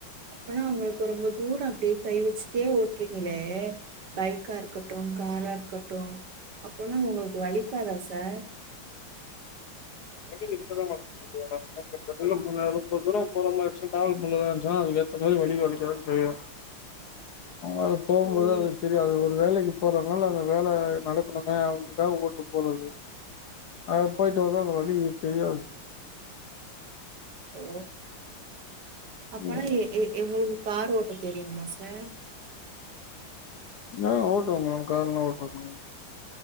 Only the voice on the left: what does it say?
வலி இருக்கதாமா செய்யு <inaudible> ரொம்ப தூர போற மாருந்ச்னா டராவல் பண்றதா இருந்துச்சன்னா அதுக்கேத்த மாரி வலி வலிக்குதா செய்யு அது போகும்போதா
அது தெரியு அது ஒரு வேலை இப்பதனால அந்த வேலை நடக்கணுமே அவதுக்காக ஓட்டு போறது அது போயிட்டு வந்தா அந்த வலி தெரியாது
ம்
ஆ ஓட்டுவேன் மேடம் கார்ல்லாம் ஓட்டுவேன்